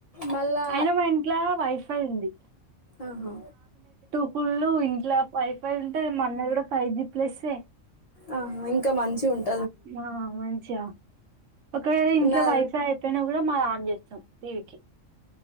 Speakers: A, on the left; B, on the right.
A: మళ్ళా
B: అయినా మా ఇంట్లో వైఫై ఉంది
A: ఆహా
B: ఒక్కొళ్ళు ఇంట్లా వైఫై ఉంటుది మన్న కూడా ఫైవ్ జి ప్లస్
A: ఆ ఇంకా మంచి ఉంటు
B: ఆ మంచిగా ఒకవేళ ఇంట్లో
A: నా
B: వైఫై అయిపోయినా కూడా మా ప చేస్తాం టీవీకి